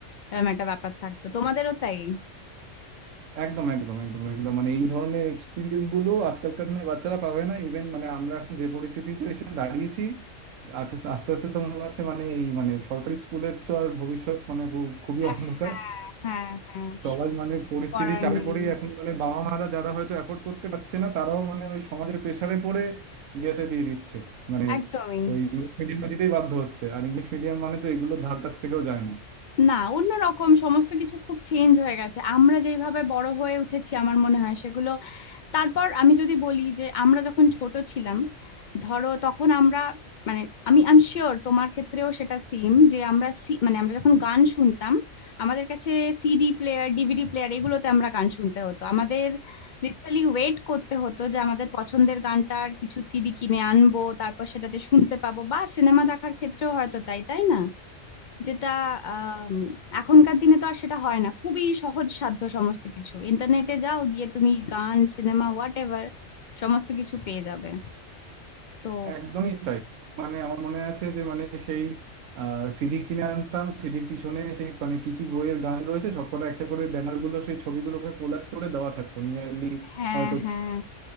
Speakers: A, on the left; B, on the right.
A: এরকম একটা ব্যাপার থাকতো তোমাদেরও তাই
B: একদম একদম একদম একদম মানে এই ধরনের এক্সপিরিয়েন্স গুলো আজকালকার দিনে বাচ্চারা পাবে না ইভেন মানে আমরা এখন যে পরিস্থিতিতে এসে দাঁড়িয়েছি আর আস্তে আস্তে তো মনে হচ্ছে মানে এই মানে সরকারি স্কুলের তো আর ভবিষ্যৎ মানে পুরো- খুবই
A: হ্যাঁ
B: অন্ধকার
A: হ্যাঁ হ্যাঁ
B: সবার
A: সে
B: মানে
A: তো
B: পরিস্থিতি
A: করার
B: চাপে
A: নেই
B: পড়েই এখন মানে বাবা মারা যারা হয়তো অ্যাফোর্ড করতে পারছে না তারাও মানে ওই সমাজের প্রেসারে পড়ে ইয়েতে দিয়ে দিচ্ছে মানে
A: একদমই
B: ওই ইংলিশ মিডিয়ামে দিতেই বাধ্য হচ্ছে আর ইংলিশ মিডিয়াম মানে তো এগুলো ধার কাছ থেকেও যায় না
A: না অন্যরকম সমস্ত কিছু খুব চেঞ্জ হয়ে গেছে আমরা যেইভাবে বড় হয়ে উঠেছি আমার মনে হয় সেগুলো তারপর আমি যদি বলি যে আমরা যখন ছোট ছিলাম ধরো তখন আমরা মানে আমি আমি শিওর তোমার ক্ষেত্রেও সেটা সেম যে আমরা সি- মানে আমরা যখন গান শুনতাম আমাদের কাছে সিডি প্লেয়ার ডিভিডি প্লেয়ার এগুলোতে আমরা গান শুনতে হতো আমাদের লিটারালি ওয়েট করতে হতো যে আমাদের পছন্দের গানটার কিছু সিডি কিনে আনবো তারপর সেটাতে শুনতে পাবো বা সিনেমা দেখার ক্ষেত্রেও হয়তো তাই তাই না যেটা আম, এখনকার দিনে তো আর সেটা হয় না খুবই সহজ সাধ্য সমস্ত কিছু ইন্টারনেটে যাও গিয়ে তুমি গান সিনেমা হোয়াট এভার সমস্ত কিছু পেয়ে যাবে তো
B: একদমই তাই মানে আমার মনে আছে যে মানে সেই সিডি কিনে আনতাম সিডির পিছনে সেই মানে কি কি বইয়ের গান রয়েছে সবকটা একটা করে ব্যানার গুলো সেই ছবিগুলোকে কোলাজ করে দেওয়া থাকতো নিয়ারলি
A: হ্যাঁ
B: হয়তো
A: হ্যাঁ